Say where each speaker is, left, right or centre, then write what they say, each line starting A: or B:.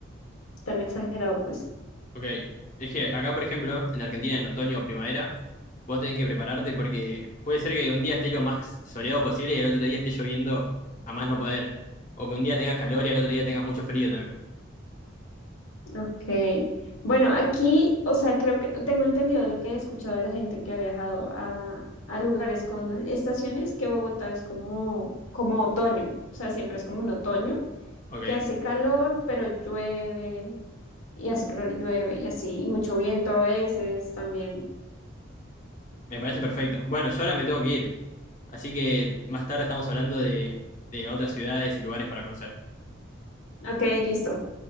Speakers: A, on the left; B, on the left.
A: tan exagerado, pues.
B: ok. Es que acá, por ejemplo, en Argentina, en otoño o primavera, vos tenés que prepararte porque puede ser que un día esté lo más soleado posible y el otro día esté lloviendo a más no poder. O que un día tengas calor y al otro día tengas mucho frío también.
A: Ok. Bueno, aquí, o sea, creo que tengo entendido lo que he escuchado de la gente que ha viajado a, a lugares con estaciones, que Bogotá es como, como otoño, o sea, siempre es como un otoño,
B: Ok,
A: que hace calor, pero llueve, y hace calor y llueve, y así, y mucho viento a veces también.
B: me parece perfecto. Bueno, yo ahora me tengo que ir, así que más tarde estamos hablando de, de otras ciudades y lugares para conocer.
A: Ok, listo.